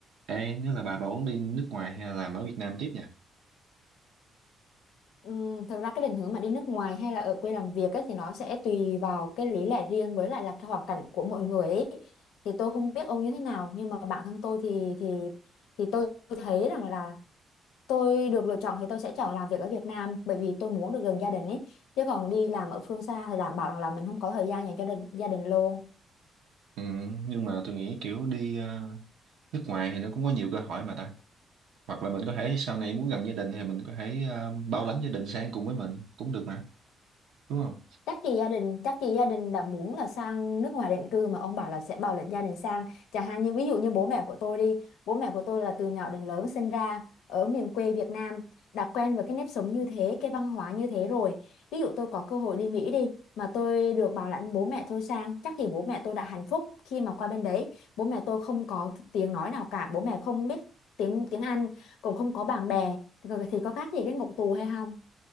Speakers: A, on the right (about 85°); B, on the left (about 90°).
A: Ê, nếu là bà bà muốn đi nước ngoài hay là làm ở Việt Nam tiếp nhỉ?
B: Ừm, thật ra cái định hướng mà đi nước ngoài hay là ở quê làm việc ấy, thì nó sẽ tùy vào cái lý lẽ riêng với lại là cái hoàn cảnh của mỗi người ấy. Thì tôi không biết ông như thế nào nhưng mà bản thân tôi thì thì thì tôi thấy rằng là tôi được lựa chọn thì tôi sẽ chọn làm việc ở Việt Nam bởi vì tôi muốn được gần gia đình ấy chứ còn đi làm ở phương xa thì đảm bảo rằng là mình không có thời gian dành cho đình, gia đình luôn
A: Ừ, nhưng mà tôi nghĩ kiểu đi ờ, nước ngoài thì nó cũng có nhiều cơ hội mà ta. Hoặc là mình có thể sau này muốn gần gia đình thì mình có thể ờ, bảo lãnh gia đình sang cùng với mình cũng được mà, đúng không?
B: chắc gì gia đình chắc gì gia đình đã muốn là sang nước ngoài định cư mà ông bảo là sẽ bảo lãnh gia đình sang chẳng hạn như ví dụ như bố mẹ của tôi đi bố mẹ của tôi là từ nhỏ đến lớn sinh ra ở miền quê Việt Nam đã quen với cái nếp sống như thế cái văn hóa như thế rồi ví dụ tôi có cơ hội đi Mỹ đi mà tôi được bảo lãnh bố mẹ tôi sang chắc gì bố mẹ tôi đã hạnh phúc khi mà qua bên đấy bố mẹ tôi không có tiếng nói nào cả bố mẹ không biết tiếng tiếng Anh cũng không có bạn bè thì có thì có khác gì cái ngục tù hay không